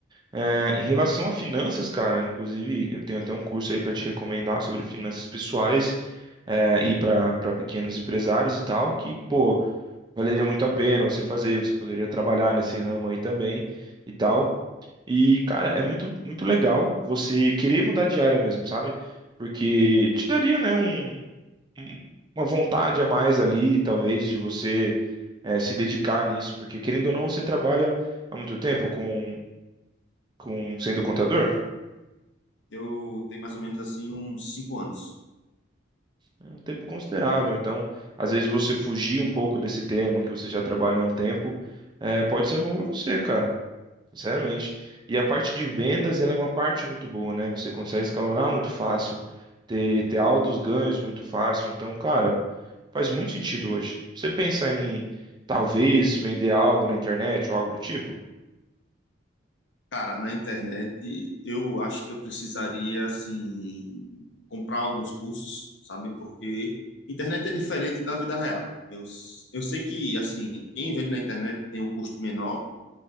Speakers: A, on the right (about 20°); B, on the left (about 65°).
A: É, em relação a finanças, cara, inclusive, eu tenho até um curso aí para te recomendar sobre finanças pessoais, é, e para para pequenos empresários e tal, que, pô, valeria muito a pena você fazer, você poderia trabalhar nesse ramo aí também e tal. E, cara, é muito, muito legal você querer mudar de área mesmo, sabe? Porque te daria, né, um, um- uma vontade a mais ali, talvez, de você eh, se dedicar nisso. Porque, querendo ou não, você trabalha há muito tempo com, com sendo contador,
B: Eu tenho mais ou menos assim uns cinco anos.
A: é um tempo considerável. Então, às vezes, você fugir um pouco desse tema que você já trabalha há um tempo, eh, pode ser bom pra você, cara. Sinceramente. E a parte de vendas, ela é uma parte muito boa, né? Você consegue escalonar muito fácil, ter, ter altos ganhos muito fácil. Então, cara, faz muito sentido hoje. Você pensa em talvez vender algo na internet ou algo do tipo?
B: Cara, na internet, eu acho que eu precisaria, assim, comprar alguns cursos, sabe? Porque internet é diferente da vida real. Eu, s- eu sei que, assim, quem vende na internet tem um custo menor,